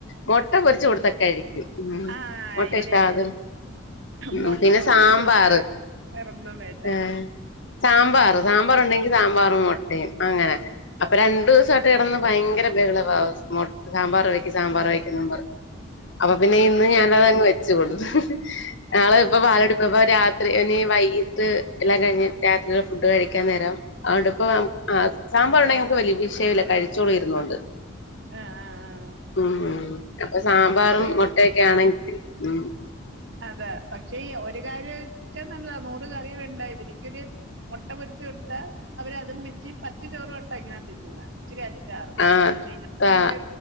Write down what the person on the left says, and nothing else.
മൊട്ട പൊരിച്ച് കൊടുത്താ കഴിക്കും ഉം
മുട്ട
ഇഷ്ടാ
അതും ഉം
പിന്നെ
സാമ്പാറ്
ഏഹ് സാമ്പാറ്
സാമ്പാറുണ്ടെങ്കി സാമ്പാറും മൊട്ടയും അങ്ങനെ അപ്പൊ രണ്ടുസായിട്ട്
കെടന്ന് ഭയങ്കര ബെഹളവ മൊ സാമ്പാർ വെക്ക് സാമ്പാർ വെക്കെന്ന് പറഞ്ഞ് അപ്പൊ പിന്നെ ഇന്ന് ഞാനതങ്ങ് വെച്ച് കൊടുത്ത്
നാളെ ഇപ്പൊ പാലടുപ്പ പ്പ രാ ഇനി വൈകിട്ട് എല്ലാം കഴിഞ്ഞ് രാത്രീല ഫുഡ് കഴിക്കാൻ നേരം അതോണ്ട്പ്പോ സാമ്പാറൊണ്ടെങ്കി നമുക്ക് വലൃ വിഷയില്ല കഴിച്ചോളും ഇരുന്നോണ്ട്
ഉം ഉം അപ്പൊ സാമ്പാറും
മൊട്ടയൊക്കെ ആണെങ്കി ഉം
ആഹ്
താ